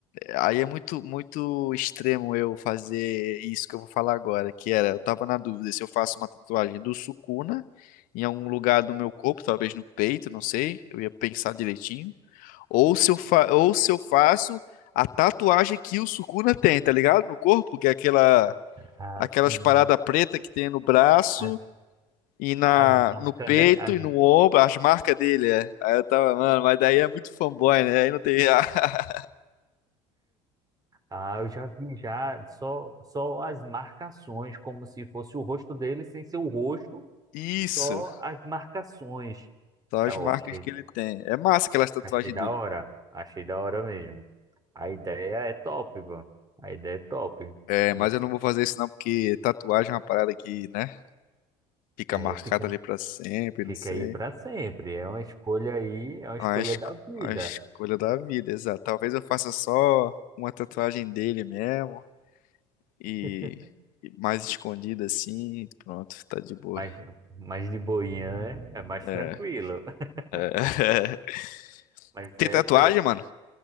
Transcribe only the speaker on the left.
aí é muito, muito extremo eu fazer isso que eu vou falar agora, que era, eu tava na dúvida se eu faço uma tatuagem do Sukuna em algum lugar do meu corpo, talvez no peito, não sei. Eu ia pensar direitinho. Ou se eu fa... ou se eu faço a tatuagem que o Sukuna tem, tá ligado? No corpo, que é aquela
aquelas paradas preta que tem no braço
e na,
no peito
e no ombro, as marcas dele, é. Aí eu tava, mano, mas daí é muito fanboy, né? Aí não tem. <laughs>
Isso,
só
as marcas
que ele tem. É massa aquelas tatuagens
dele.
É,
mas eu não vou fazer isso não, porque tatuagem é uma parada que, né? Fica
marcada
ali pra sempre,
não sei.
É Uma, esco-
uma escolha da vida, exato. Talvez eu faça só uma tatuagem dele mesmo e.
e Mais escondida assim, pronto, tá de boa.
É,
é. <laughs>
Tem
tatuagem,
mano?